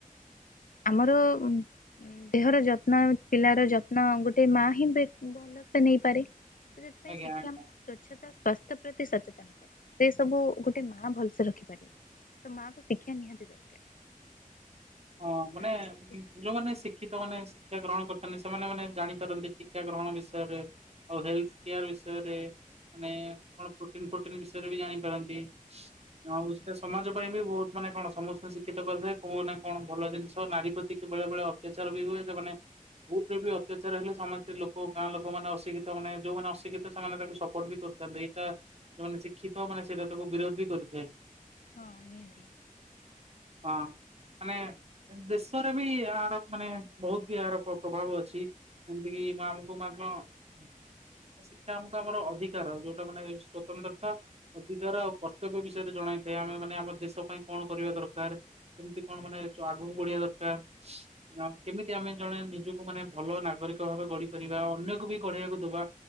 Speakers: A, on the left; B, on the right.
A: ଆମର ଉମ ଦେହର ଯତ୍ନ ପିଲାର ଯତ୍ନ ଗୋଟେ ମା ହିଁ ବେ ଭଲ ସେ ନେଇପାରେ, ସେଥିପାଇଁ
B: ଆଜ୍ଞା
A: ଶିକ୍ଷା
B: ଆଜ୍ଞା।
A: ଆମର ସ୍ୱଚ୍ଛତା ତା ସ୍ଵାସ୍ଥ୍ୟ ପ୍ରତି ସଚେତନ କରେ, ସେ ସବୁ ଗୋଟେ ମା ଭଲସେ ରଖିପାରିବେ। ତ ମା କୁ ଶିକ୍ଷା ନିହାତୀ ଦରକାର।
B: ହଁ ମାନେ,
A: ହଁ
B: ଯୋଉମାନେ ଶିକ୍ଷିତ ମାନେ ଶିକ୍ଷା ଗ୍ରହଣ କର ସେମ୍ନି <unintelligible> ସେମାନେ ମାନେ ଜାଣି ପାରନ୍ତି ଟିକା ଗ୍ରହଣ ବିଷୟରେ, ଆଉ ହେଲ୍ଥ କେୟାର ବିଷୟରେ ମାନେ କଣ ପ୍ରୋଟିନ ଫ୍ରୋଟିନ ବିଷୟରେ ବି ଜାଣିପାରନ୍ତି ଆଉ ସେ ସମାଜ ପାଇଁ ବି ବହୁତ ମାନେ କଣ ସମସ୍ତଙ୍କୁ ଶିକ୍ଷିତ କରିଥାଏ କୌନା କଣ ଭଲ ଜିନିଷ ନାରୀ ପ୍ରତି କେବଲିଆ ବଲିଆ ଅତ୍ୟାଚାର ବି ହୁଏ, ସେମାନେ ଭୁତ୍ ରେ ବି ଅତ୍ୟାଚାର ହେଲେ ସମସ୍ତେ ଲୋକ ଗାଁ ଲୋକମାନେେ ଅଶିକ୍ଷିତ ମାନେ ଯୋଉମାନେ ଅଶିକ୍ଷିତ ସେମାନେ ତାକୁ ସପୋର୍ଟ ବି କର। କାରଣ ଏଇଟା ଯଉମନେ ଶିକ୍ଷିତ ମାନେ ସେଇଟା ତାକୁ ବିରୋଧ ବି କରିଥାଏ।
A: ହଁ ନିହାନ୍ତି
B: ହଁ ମାନେ ଦେଶରେ ବି ଏହାର ମାନେ ବହୁତ ବି ଏହାର ପ୍ରଭାବ ଅଛି, ଯେମିତି କିି ମା ଆମକୁ ହଁ ଶିକ୍ଷା ଆମକୁ ଆମର ଅଧିକାର ଯୋଉଟା ମାନେ ସ୍ଵତନ୍ତ୍ରତା ଅଧିକାର ଆଉ କର୍ତ୍ତବ୍ୟ ବିଷୟରେ ଜଣା ପାଇଁ ଥାଇ ଆମେମାନେ ଆମ ଦେଶ ପାଇଁ କଣ କରିବା ଦରକାର, କେମତି କଣ ମାନେ ଆଗକୁ ବଢିବା ଦରକାର ଆଉ କେମିତି ଆମେ ଜଣେ ନିଜକୁ ମାନେ ଭଲ ନାଗରିକ ଭାବେ ଗଢିପାରିବା ଅନ୍ୟକୁ ବିଢିବାକୁ ଦବା